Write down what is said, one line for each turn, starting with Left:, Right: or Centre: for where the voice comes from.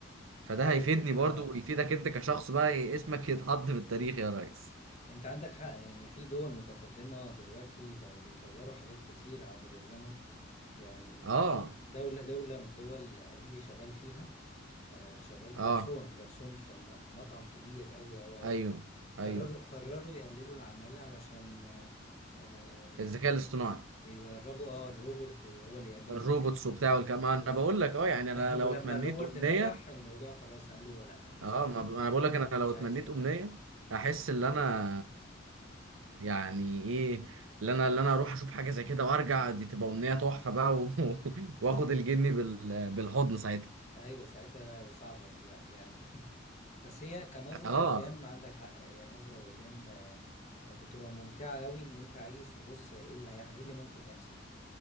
Right: فده
Left: لا هي
Right: هيفيدني
Left: فكره
Right: برضو ويفيدك انت كشخص بقى إيه، اسمك يتحط في التاريخ يا ريس
Left: انت عندك حق ان في دول متقدمه دلوقتي بقوا بيطوروا حاجات كتير عبر الزمن يعني
Right: اه
Left: دوله دوله من الدول قريبي شغال فيها آه، شغال
Right: اه
Left: جرسون جرسون في م- في مطعم كبير قوي قوي قوي
Right: ايوه
Left: قرروا
Right: ايوه
Left: قرروا يقللوا العمالة علشان آه، آه، ي-
Right: الذكاء الاصطناعي
Left: يجربوا اه الروبوت هو اللي يقدم
Right: الروبوتس
Left: الأكل
Right: وبتاع والكلام ما
Left: و-
Right: انا بقول لك اه يعني انا
Left: <laughs>
Right: لو
Left: ولما
Right: اتمنيت
Left: الروبوت
Right: امنيه
Left: نجح الموضوع خلاص قال له لا
Right: اه
Left: شكرا
Right: ما ب- انا بقول لك انا
Left: مش
Right: لو اتمنيت
Left: عايزينك
Right: امنيه احس ان انا يعني ايه اللي انا اللي انا اروح اشوف حاجه زي كده وارجع دي تبقى امنيه تحفه بقى و... <laughs> واخد الجني بال... بالحضن ساعتها
Left: ايوه ساعتها صعبة دي بقى يعني <laughs> بس هي كنظرة
Right: اه
Left: لقدام عندك حق هي نظرة لقدام آه، آه، بتبقى ممتعة قوي ان انت عايز تبص ايه اللي هيع- ايه اللي ممكن يحصل